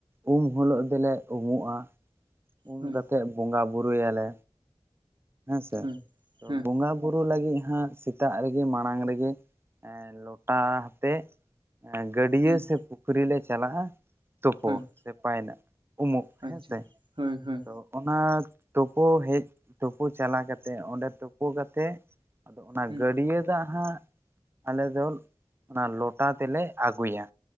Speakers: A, on the right; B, on the right.
A: ᱩᱢ ᱦᱤᱞᱳᱜ ᱫᱚᱞᱮ ᱩᱢᱩᱜᱼᱟ ᱩᱱ
B: ᱦᱳᱭ
A: ᱠᱟᱛᱮᱫ ᱵᱚᱸᱜᱟ ᱵᱩᱨᱩᱭᱟᱞᱮ ᱦᱮᱸ ᱥᱮ
B: ᱦᱳᱭ
A: ᱛᱚ
B: ᱦᱮᱸ
A: ᱵᱚᱸᱜᱟ ᱵᱚᱸᱜᱟ ᱵᱩᱨᱩ ᱞᱟᱹᱜᱤᱫ ᱦᱟᱸᱜ ᱥᱮᱛᱟᱜ ᱨᱮᱜᱮ ᱢᱟᱲᱟᱝ ᱨᱮᱜᱮ ᱞᱚᱴᱟ ᱦᱟᱛᱮ ᱜᱟᱹᱰᱭᱟᱹ
B: ᱦᱩᱸ
A: ᱥᱮ ᱯᱩᱠᱷᱨᱤ ᱞᱮ ᱪᱟᱞᱟᱜᱼᱟ ᱛᱳᱯᱳ
B: ᱦᱳᱭ
A: ᱥᱮ ᱯᱟᱭ ᱨᱟᱜ ᱩᱢᱩᱜ
B: ᱟᱪᱪᱷᱟ
A: ᱦᱮᱸ ᱥᱮ
B: ᱦᱳᱭ ᱦᱳᱭ
A: ᱛᱚ ᱚᱱᱟ ᱛᱳᱯᱳ ᱦᱮᱡ ᱛᱳᱯᱩ ᱪᱟᱞᱟ ᱠᱟᱛᱮᱜ ᱚᱸᱰᱮ ᱛᱳᱯᱳ ᱠᱟᱛᱮᱜ ᱟᱫᱚ ᱚᱱᱟ
B: ᱦᱩᱸ
A: ᱜᱟᱹᱰᱭᱟᱹ ᱫᱟᱜ ᱦᱟᱸᱜ ᱟᱞᱮ ᱫᱚ ᱚᱱᱟ ᱞᱚᱴᱟ ᱛᱮᱞᱮ ᱟᱹᱜᱩᱭᱟ